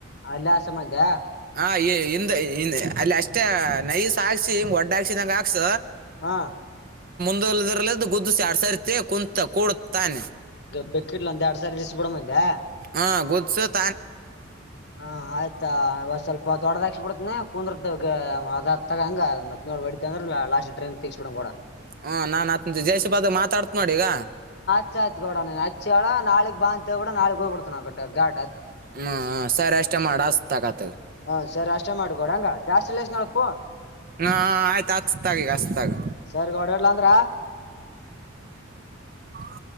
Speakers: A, on the left; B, on the right.
A: ಅಲ್ಲೇ ಹಾಕ್ಸಮ್ ಅಂದ್ಯ.
B: ಹ ಈ ಹಿಂದ ಹಿಂದ ಅಲ್ಲಿ ಅಷ್ಟೇ ನೈಸ್ ಹಾಕ್ಸಿ ಹಂಗ್ ಒಡ್ಡ ಹಾಕ್ಸಿದಂಗ ಹಾಕ್ಸ.
A: ಹಾ.
B: <unintelligible>
A: ಬೆಕ್ಕೆಟ್ಲ್ ಒಂದ ಎರಡು ಸಾರಿ ಇರಿಸಿ ಬಿಡಂದ್ಯಾ
B: ಹಾ ಗೊತ್ಸತ್
A: ಹಾ ಆಯ್ತಾ ವಷ್ ಸ್ವಲ್ಪ ದೊಡದಾಕ್ಸ್ಬ ಬಿಡ್ತನಿ ಕುಂದರ್ತ ಅದ ಅತ್ತಾಗ ಹಂಗ ಮತ್ತೆ ನೋಡ ಒಡಿತ್ತ ಅಂದ್ರ ಲಾಸ್ಟ್ಗೇ ಟ್ರೈನ್ ತಗಸ್ಬಿಡಂ ಗೌಡ
B: ಹ್ಮ ನಾನ್ ಆತ್ ಜಯಷಿ ಬಾದ ಮಾತಾಡ್ತ್ ನೋಡ ಈಗ
A: ಚ್ಚಾಯತ್ ಗೌಡ ಹಚ್ಚೇಳ ನಾಳೀಗ್ ಬಾ ಅಂತ ಹೇಳ್ಬಿಡು ನಾಳಿಗ್ ಹೋಗ್ಬಿಡ್ತೀನ್ ನಾನು ಗಾಡ
B: ಹ್ಮ ಹ್ಮ ಸರಿ ಅಷ್ಟೇ ಮಾಡ ಅಸ್ತಗತ್
A: ಹಾ ಸರಿ ಅಷ್ಟೇ ಮಾಡ ಗೋಡಂಗ <unintelligible>
B: ಹಾ ಹಾ ಆಯ್ತ ಹಚ್ತಾಗೀಗ ಹಚ್ತಾಗ
A: ಸರಿ ಗೌಡ ಇಡ್ಲಾ ಅಂದ್ರ
B: <unintelligible>